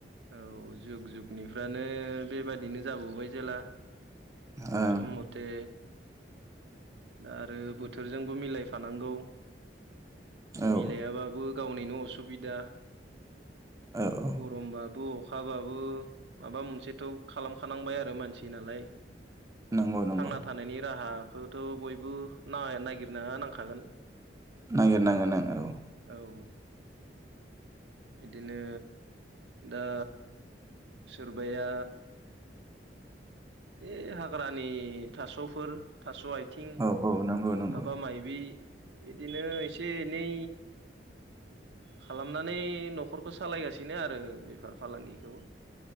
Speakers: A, on the right; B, on the right.
A: औ जुग जुगनिफ्रानो बेबादिनो जाबोबाय जेला
B: ओं
A: सम मते दा आरो बोथोरजोंबो मिलायफानांगौ
B: औ
A: मिलायाबाबो गावनिनो असुबिदा
B: औ औ
A: गरमबाबो अखाबाबो माबा मोनसेथ खालामखानांबाय आरो मानसि नालाय।
B: नंगौ नंगौ
A: थांना थानायनि राहाखौथ बयबो नागिरना नांखागोन
B: नांगिर नांगोन औ
A: औ बिदिनो दा सोरबाया बे हाग्रानि थासफोर थास आथिं
B: औ औ नंगौ नंगौ
A: माबा मायबि बिदिनो एसे एनै खालामनानै न‌खरखौ सालायगासिनो आरो बेफार फालांगिखौ